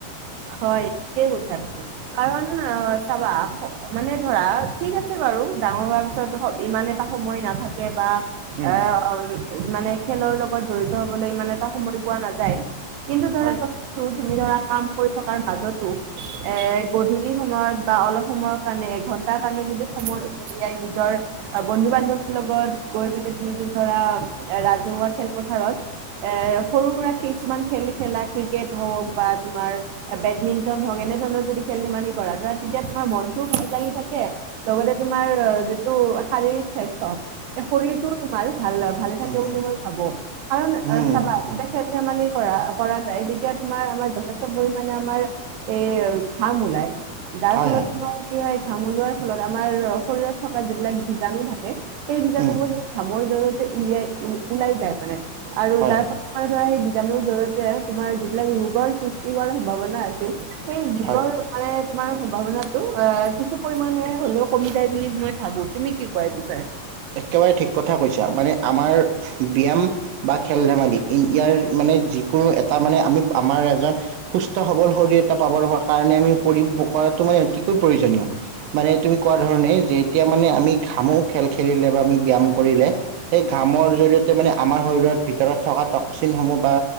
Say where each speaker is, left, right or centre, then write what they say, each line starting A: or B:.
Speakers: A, on the right; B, on the right.
A: হয়, ঠিকে কৈছা তুমি। কাৰণ অ', চাবা, মানে ধৰা, ঠিক আছে বাৰু, ডাঙৰ হোৱাৰ পিছত ইমানে এটা সময় নাথাকে বা
B: উম
A: আহ, মানে খেলৰ লগত জড়িত হবলৈ ইমান এটা সময় পোৱা নাযায় কিন্তু ধৰা,
B: হয়
A: কথাটো তুমি ধৰা কাম কৰি থকাৰ মাজতো এ, গধূলি সময়ত বা অলপ সময়ৰ কাৰণে এঘন্টাৰ কাৰণে যদি সময় জিয়াই নিজৰ বন্ধু বান্ধৱীৰ লগত গৈ পেলাই তুমি যে ধৰা ৰাজহুৱা খেলপথাৰত এ সৰু সুৰােক কিছুমান খেল খেলা ক্ৰিকেট হওঁক বা তোমাৰ বেডমিন্টন হওক এনেধৰণৰ যদি খেল ধেমালি কৰা ধৰা তেতিয়া তোমাৰ মনটোও ভাল লাগি থাকে। লগতে তোমাৰ যিটো শাৰীৰিক স্বাস্থ শৰীৰটোও তোমাৰ ভাল ল ভালে থাকে
B: উম
A: বুলি মই ভাবো, কাৰণ
B: উম
A: চাবা
B: উম উম
A: খেল ধেমালি কৰা কৰা যায় তেতিয়া তোমাৰ আমাৰ যথেষ্ট পৰি মানে আমাৰ এই ঘাম ওলাই, যাৰ
B: হয়
A: ফলত
B: হয়
A: তোমাৰ কি হয় ঘামলোৱাৰ ফলত আমাৰ শৰীৰত থকা যিবিলাক বীজাণু থাকে, সেই বীজাণুৰ
B: উম
A: ঘামৰ জৰিয়তে উলিয়াই ওলাই যায় মানে, আৰু
B: হয়
A: তাৰ হয় সেই বীজাণুুৰ জয়তে তোমাৰ যিবিলাক ৰোগৰ সৃষ্টি হোৱাৰ সম্ভাৱনা আছিল সেই ৰোগৰ
B: হয়
A: মানে তোমাৰ সম্ভাৱনাটো অ' কিছু পৰিমানে হলেওঁ কমি যায় বুলি মই ভাবো। তুমি কি কোৱা এইটো?
B: একেবাৰে ঠিক কথা কৈছা, মানে আমাৰ ব্যায়াম বা খেল ধেমালি ইয়াৰ মানে যিকোনো এটা মানে আমি আমাৰ এজন সুস্থ সবল শৰীৰ এটা পাব কাৰণে আমি কৰি কৰাটো মানে অতিকৈ প্ৰয়োজনীয় মানে তুমি কোৱা ধৰণেই যে এতিয়া মানে আমি ঘামো খেল খেলিলে বা আমি ব্যায়াম কৰিলে সেই ঘামৰ জৰিয়তে মানে আমাৰ শৰীৰৰ ভিতৰত থকা টক্সিনসমূহ বা